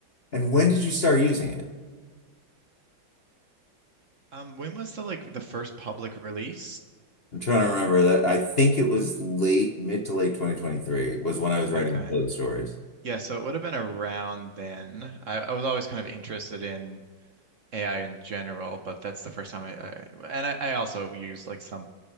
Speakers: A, on the left; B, on the right.
A: And when did you start using it?
B: Um, when was the like the first public release?
A: I'm trying to remember that. I think it was late, mid to late 2023 was when I was writing
B: Okay.
A: those stories.
B: Yeah, so it would have been around then. I, I was always kind of interested in AI in general, but that's the first time I, I and I, I also use like some